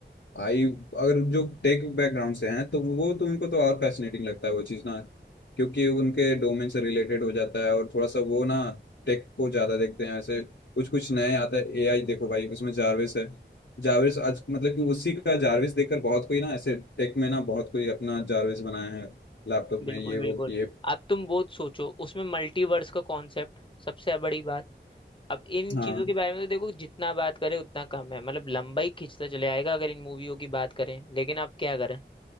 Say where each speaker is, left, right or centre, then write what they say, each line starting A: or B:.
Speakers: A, on the left (about 75°); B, on the left (about 25°).
A: आई अगर जो टेक बैकग्राउंड से हैं तो वो तो उनको तो और फैसिनेटिंग लगता है वो चीज़ ना क्योंकि उनके डोमेन से रिलेटेड हो जाता है और थोड़ा सा वो ना टेक को ज़्यादा देखते हैं ऐसे कुछ कुछ नए आता है एआई देखो भाई उसमें जारविस है जारविस आज मतलब कि उसी का जारविस देखकर बहुत कोई ना ऐसे टेक में ना बहुत कोई अपना जारविस बनाया है लैपटॉप में
B: बिल्कुल
A: ये
B: बिल्कुल
A: वो किए
B: अब तुम वो सोचो उसमें मल्टीवर्स का कॉन्सेप्ट सबसे बड़ी बात अब इन
A: हाँ
B: चीजों के बारे में तो देखो जितना बात करें उतना कम है मतलब लंबाई खिंचता चले आएगा अगर इन मूवियों की बात करें लेकिन अब क्या करें